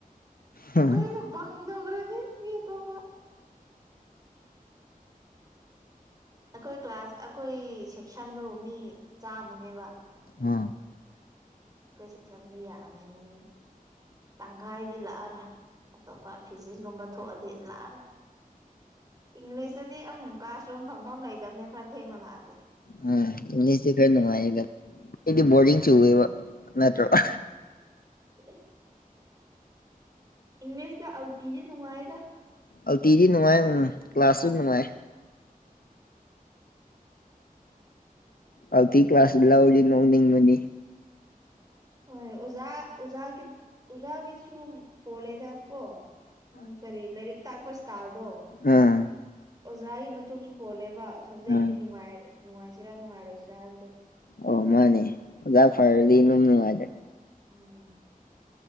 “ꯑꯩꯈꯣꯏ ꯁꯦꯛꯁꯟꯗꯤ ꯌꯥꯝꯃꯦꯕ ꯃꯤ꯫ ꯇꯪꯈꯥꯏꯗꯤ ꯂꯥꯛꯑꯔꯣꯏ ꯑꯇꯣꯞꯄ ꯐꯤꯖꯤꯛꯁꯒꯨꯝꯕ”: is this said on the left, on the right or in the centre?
Right